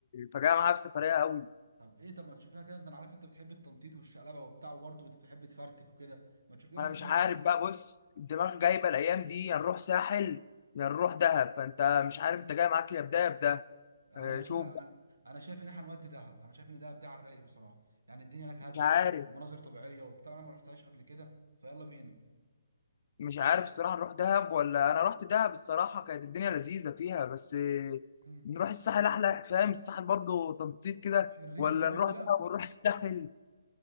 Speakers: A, on the left (about 40°); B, on the right (about 70°).
A: فجاه معايا بسفريه قوي
B: طب ايه طب ما تشوف لنا كده انت انا عارف انت بتحب التنطيط والشقلبه وبتاع وبرضه بتحب تفرتك وكده ما تشوف لنا
A: انا
B: حاجه
A: مش عارف
B: كده
A: بقى بص الدماغ جايبه الايام دي يا نروح ساحل يا نروح دهب فانت مش عارف انت جاي معاك يا بده يا بده
B: انا
A: اه،
B: شايف
A: شوف
B: انا
A: بقى،
B: أنا شايف ان احنا نودي دهب انا شايف ان دهب دي على الرايق بصراحه يعني الدنيا هناك
A: مش
B: هاديه
A: عارف
B: مناظر طبيعيه وبتاع انا ما رحتهاش قبل كده فيلا بينا
A: مش عارف الصراحة نروح دهب ولا أنا رحت دهب الصراحة كانت الدنيا لذيذة فيها بس
B: مم.
A: نروح الساحل أحلى فاهم الساحل برضو تنطيط كده
B: شرير
A: ولا
B: بقى وكده
A: نروح دهب ونروح الساحل